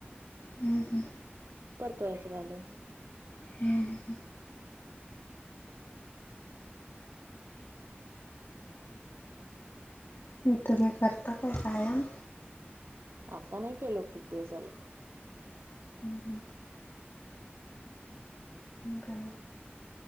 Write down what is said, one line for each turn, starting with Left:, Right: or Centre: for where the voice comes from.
Left: ह.
Right: परतवायचं घालून.
Left: हम्म, तुम्ही करता काय कायम?
Right: आता नाही केलं, किती दिवस झालं.
Left: हम्, हम, काय?